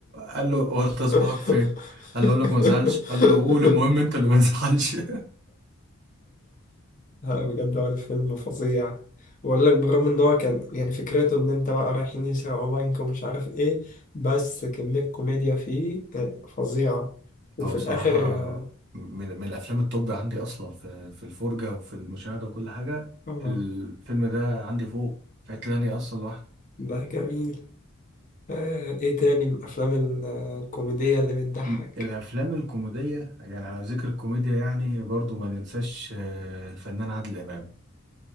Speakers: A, on the right; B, on the left.
A: قال له هو انت صباعك
B: <laughs>
A: فين قال له اقول لك ما تزعلش قال له قول المهم انت اللي ما تزعلش <laughs>
B: لا بجد هو الفيلم فظيع بقول لك بالرغم ان هو كان يعني فكرته ان انت بقى رايحين يسرقوا بنك ومش عارف ايه بس كمية كوميديا فيه آه، فظيعة وفي
A: هو بصراحه
B: الاخر اه
A: من, من الافلام التوب عندي اصلا في في الفرجه وفي المشاهده وكل حاجه
B: آه،
A: الفيلم ده عندي فوق في حته تانية اصلا لوحده
B: ده جميل آه ايه تاني من الافلام ال- آه، الكوميدية اللي بتضحك
A: م- الافلام الكوميديه يعني على ذكر الكوميديا يعني برضو ما ننساش آه، الفنان عادل امام